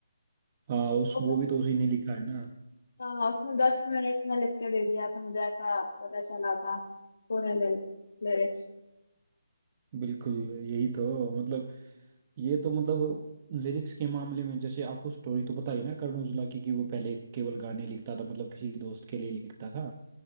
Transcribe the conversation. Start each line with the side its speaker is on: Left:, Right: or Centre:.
Right: हाँ उस
Left: वो
Right: वो
Left: मैंने-
Right: भी तो उसी ने लिखा है ना
Left: हाँ उसमें दस मिनट में लिख के दे दिया था मुझे ऐसा पता चला था पूरे ले लिरिक्स
Right: बिल्कुल यही तो मतलब ये तो मतलब लिरिक्स के मामले में जैसे आपको स्टोरी तो पता ही ना कर्नोजुला की कि वो पहले केवल गाने लिखता था मतलब किसी दोस्त के लिए लिखता था